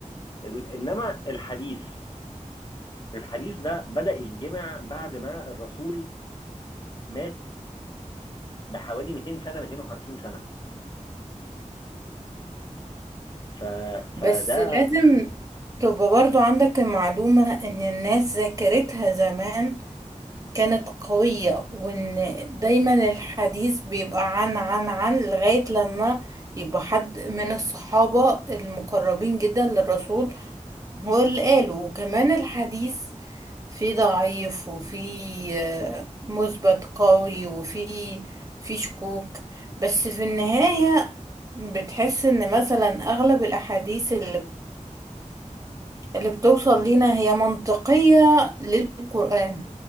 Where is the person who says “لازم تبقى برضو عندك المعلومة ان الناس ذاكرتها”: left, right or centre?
Right